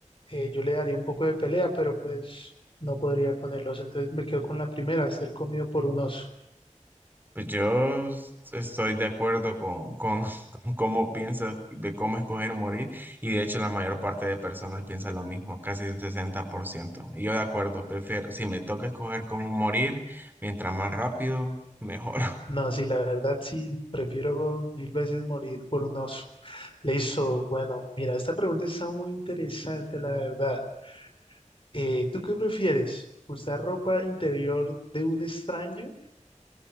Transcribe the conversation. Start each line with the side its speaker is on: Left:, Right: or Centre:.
Left: eh, yo le daría un poco de pelea, pero pues no podría con el oso. Entonces me quedo con la primera, ser comido por un oso.
Right: Pues yo estoy de acuerdo con, con, <laughs> con cómo piensa de cómo escoger morir y de hecho la mayor parte de personas piensa lo mismo, casi el 60%. Y yo de acuerdo, prefiero, si me toca escoger cómo morir, mientras más rápido, mejor. <laughs>
Left: No, sí, la verdad sí, prefiero mil veces morir por un oso. Le hizo, bueno, mira, esta pregunta está muy interesante, la verdad. Eh, ¿tú qué prefieres? ¿Usar ropa interior de un extraño